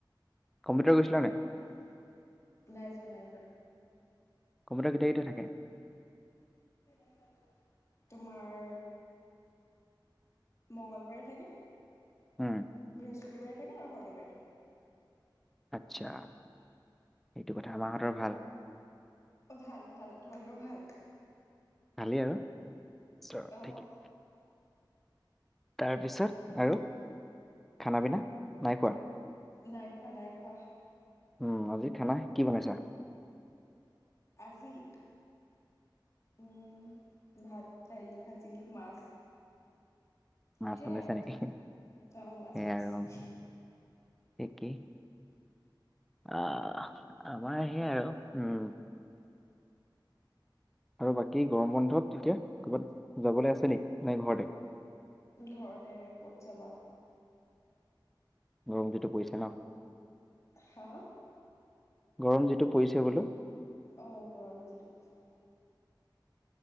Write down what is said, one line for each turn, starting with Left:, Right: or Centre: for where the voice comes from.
Centre: কম্পিউটাৰ গৈছিলা নে নাই?
Left: <inaudible> নাই যোৱা নাই যোৱা।
Centre: কম্পিউটাৰ কেতিয়া কেতিয়া থাকে?
Left: <unintelligible> তোমাৰ মঙলবাৰে থাকে
Centre: উম,
Left: বৃহস্পতিবাৰে থাকে আৰু শনিবাৰে থাকে।
Centre: আচ্ছা এইটো কথা মা হতৰ ভাল?
Left: অ', ভাল ভাল তোমালোকৰ ভাল?
Centre: ভালেই আৰু আছোঁ আৰু
Left: অ',
Centre: ঠিকেই। তাৰপিছত আৰু খানা পিনা নাই খোৱা?
Left: নাই খোৱা নাই খোৱা।
Centre: উম, আজি খানা কি বনাইছা?
Left: আজি। উম, ভাত দাইল ভাজি মাছ।
Centre: মাছ
Left: সেইয়াই
Centre: বনাইছা
Left: আৰু
Centre: নেকি?
Left: অ', মাছ
Centre: সেয়াই
Left: বনাইছিলে।
Centre: আৰু একেই। অ', আমাৰ সেই আৰু উম। আৰু বাকী গৰম বন্ধত এতিয়া ক'ৰবাত যাবলৈ আছে নেকি নে ঘৰতে?
Left: ঘৰতে ক'ত যাবা।
Centre: গৰম যিটো পৰিছে ন?
Left: হা?
Centre: গৰম যিটো পৰিছে বোলো।
Left: অ', গৰম যিটো পৰিছে।